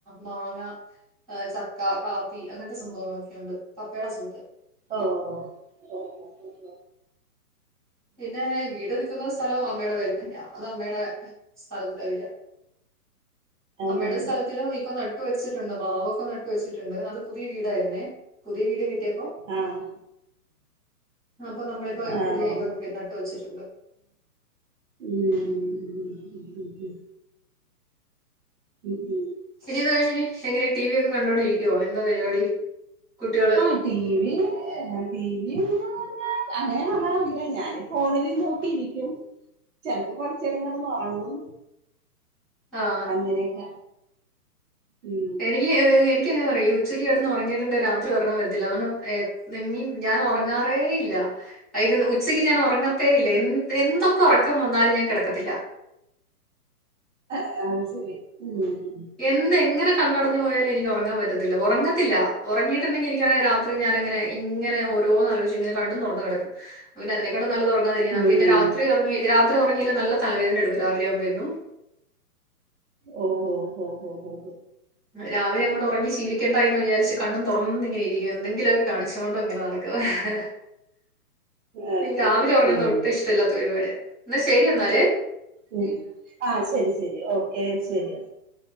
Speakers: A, in the centre; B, on the right (about 55°).
A: മാങ്ങ ഹേ ചക്ക, കാപ്പി, അങ്ങനത്തെ സംഭവങ്ങളൊക്കെണ്ട്. പപ്പയുടെ സ്ഥലത്ത്.
B: ഓ ഹോ ഹോ ഹോ
A: പിന്നെ വീട് നിൽക്കുന്ന സ്ഥലവും അമ്മേടെ പേരിൽ തന്നെയാ. അത് അമ്മേടെ സ്ഥലത്തിലാ വരിക.
B: അതെ
A: അമ്മേടെ
B: അതെ
A: സ്ഥലത്തിലാ ഇപ്പ നട്ടു വെച്ച് വെച്ചിട്ടുണ്ട്, മാവൊക്കെ നട്ട് വെച്ചിട്ടുണ്ട്, അത് പുതിയ വീടായിരുന്നേ പുതിയ വീട് കിട്ടിയപ്പോ
B: ആഹ്
A: അപ്പൊ നമ്മളിപ്പോ
B: ആഹ്
A: പുതിയ ഇതൊക്കെ നട്ട് വെച്ചിട്ടുണ്ട്.
B: ഉും ഹും ഹും ഉം
A: പിന്നെ ഇത് കഴിഞ്ഞ്നി എങ്ങനെ ടി വി ഒക്കെ കണ്ടോണ്ടിരിക്കുവോ എൻ ന്താ പരിപാടി കുട്ടികള്
B: ആഹ് ടി വി ആഹാ ടി വി ന്ന് പറഞ്ഞാൽ അങ്ങനെ കാണറില്ല ഞാാന് ഫോണില് നോക്കിയിരിക്കും ചെലപ്പം കൊറച് ചേരം കിടന്നുറങ്ങും.
A: ആഹാ
B: അങ്ങനെയൊക്ക ഉും
A: എനിക്ക് എനിക്ക്ങ്ങനെ ന്നറിയോ ഈ ഉച്ചക്ക് കെടുന്ന് ഉറങ്ങിട്ടുണ്ട് രാത്രി ഉറക്കം വരത്തില്ലഅതൊണ്ട നിന്നിൻ ഞാൻ ഉറങ്ങാറേ ഇല്ല. അയിക് ഉച്ചക്ക് ഞാൻ ഉറങ്ങത്തേ ഇല്ല. എൻ എന്തൊക്കെ ഉറക്കം വന്നാലും ഞാൻ കിടക്കത്തില്ല.
B: അഹ് അത് ശരി ഉും
A: എന്തെങ്ങനെ കണ്ണടഞ്ഞു പോയാലും എനിക്ക് ഉറങ്ങാൻ പറ്റത്തില്ല. ഉറങ്ങത്തില്ല. ഉറങ്ങിട്ടുണ്ടെങ്കിൽഎനിക് ക് രാത്രി ഞാനിങ്ങന ഇങ്ങനെ ഓരോന്ന്ആലോയിച്ച് ഇങ്ങനെ കണ്ണും തുറന്ന് കിടക്കും. പിന്നെ അതിനെക്കാട്ടിലും നല്ലത് തിരിക്ക
B: ഉം
A: പിന്നെ രാത്രി ഉറങ്ങി രാത്രി ഉറങ്ങില്ല നല്ല തലവേദന എടുക്കും രാവിലെ ആവുമ്പന്നും
B: ഓ ഓ ഹു ഹു ഹു
A: രാവിലെ അങ്ങോട്ട് ഉറങ്ങി ശീലിക്കണ്ട എന്ന് വിചാരിച്ച് കണ്ണും തുറന്ന ഇങ്ങെനെ ഇരിക്കും. എന്തെങ്കിലൊക്കെകാണിച്ച് കൊണ്ടും കാണിച്ചു കോണ്ടും ഇങ്ങനെ നടക്കും. <unintelligible>
B: അത്
A: പ്പ് ഈരാവിലെ
B: ശരി
A: ഉറങ്ങുന്നത്
B: ഉം
A: ഒട്ടും ഇഷ്ടമല്ലാത്ത പരുപാടിയ. എന്നാ ശെരി എന്നാല്.
B: ഉും ആ ശരി ശരി ഓക്കെ ശരിയന്ന